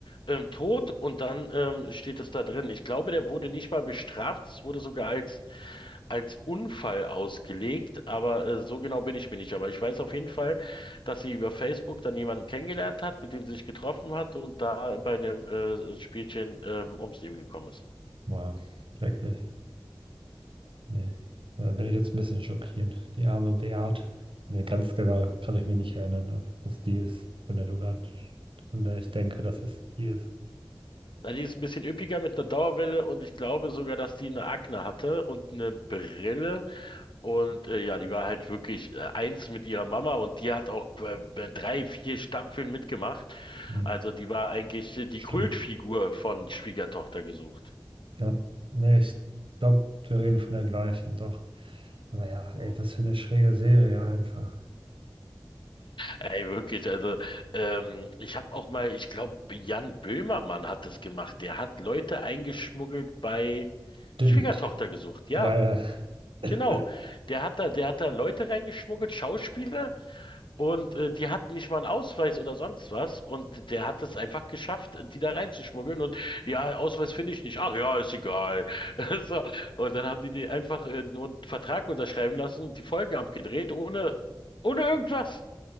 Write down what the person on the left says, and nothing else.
ähm, tot und dann ähm, steht es da drin. Ich glaube, der wurde nicht mal bestraft, es wurde sogar als, als Unfall ausgelegt, aber äh, so genau bin ich mir nicht. Aber ich weiß auf jeden Fall, dass sie über Facebook dann jemanden kennengelernt hat, mit dem sie sich getroffen hat und da bei einem äh, Spielchen ähm, ums Leben gekommen ist.
Na, die ist ein bisschen üppiger mit einer Dauerwelle und ich glaube sogar, dass die eine Akne hatte und eine Brille. Und äh, ja, die war halt wirklich äh, eins mit ihrer Mama und die hat auch äh, drei, vier Staffeln mitgemacht.
Also die war eigentlich äh, die
Kultfigur von Schwiegertochter gesucht.
Mhm.
Ey, wirklich, also ähm, ich habe auch mal, ich glaube, Jan Böhmermann hat das gemacht. Der hat Leute eingeschmuggelt bei
Schwiegertochter gesucht, ja.
Genau, der hat da, der hat da Leute reingeschmuggelt, Schauspieler, und äh, die hatten nicht mal einen Ausweis oder sonst was, und der hat es einfach geschafft, die da reinzuschmuggeln. Und ja, Ausweis finde ich nicht. Ach ja, ist egal. <laughs> So, und dann haben die die einfach äh, nur einen Vertrag unterschreiben lassen und die Folgen abgedreht, ohne, ohne irgendwas.